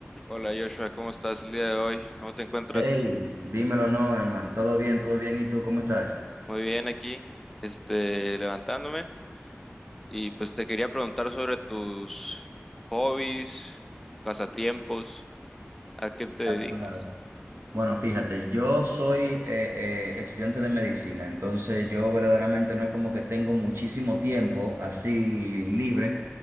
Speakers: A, in the centre; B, on the right.
A: Hola Joshua, ¿cómo estás el día de hoy? ¿Cómo te encuentras?
B: Hey, dímelo, no, hermano. Todo bien, todo bien. ¿Y tú cómo estás?
A: Muy bien aquí, este, levantándome. Y pues te quería preguntar sobre tus hobbies, pasatiempos, a qué te dedicas.
B: Claro, claro. Bueno, fíjate, yo soy eh, eh, estudiante de medicina, entonces yo verdaderamente no es como que tengo muchísimo tiempo así libre,